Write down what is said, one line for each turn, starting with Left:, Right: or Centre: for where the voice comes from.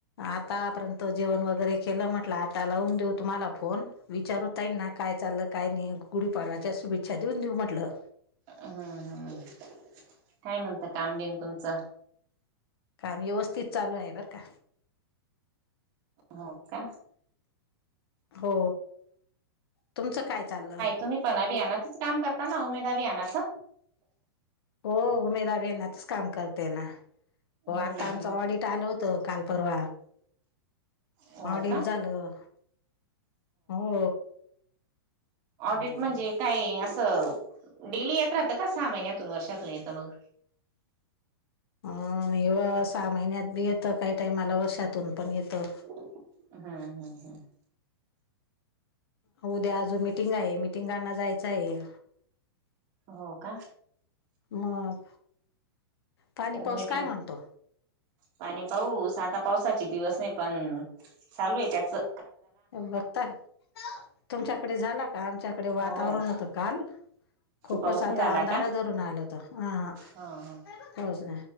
Left: आतापर्यंत जेवण वगैरे केलं, म्हंटलं आता लावून देऊ तुम्हाला फोन, विचारू ताईंना काय चाल काय नाही, गुढीपाडवाच्या शुभेच्छा देऊन देऊ म्हटलं.
Right: हम्म, हम्म, काय म्हणतं काम बिम तुमचं?
Left: काम व्यवस्थित चालू आहे बर का.
Right: हो का?
Left: हो, तुमचं काय चाललं?
Right: तुम्ही पण अभियानाचच काम करताना उमेद अभियानाच?
Left: हो, उमेद अभियानाचच काम करते ना, हो,
Right: हम्म
Left: आता
Right: हम्म
Left: आमचं ऑडिट आलं होतं. काल परवा.
Right: हो
Left: ऑडिट
Right: का
Left: झालं, हो.
Right: ऑडिट
Left: हो
Right: म्हणजे? काय असं डेली येत राहतं का, सहा महिन्यातून वर्षातून येतं मग?
Left: उम्म, नाही व सहा महिन्यात बी येतं, काही टायमाला वर्षातून पण येतं.
Right: हम्म, हम्म, हम्म.
Left: उद्या अजून मिटिंग आहे, मिटिंगांना जायचं आहे.
Right: हो का?
Left: मग. पाणी
Right: उ
Left: पाऊस
Right: मीटिंग.
Left: काय म्हणतो
Right: पाणी पाऊस, आता पावसाचे दिवस नाही, पण चालू आहे त्याचं.
Left: बघता तुमच्याकडे झाला का? आमच्याकडे वातावरण
Right: हो
Left: होतं काल खूपच
Right: पाऊस
Left: आता
Right: नाही झाला
Left: अंधार
Right: का
Left: धरून आलं होतं, अहा,
Right: हा हा
Left: पोहच ना.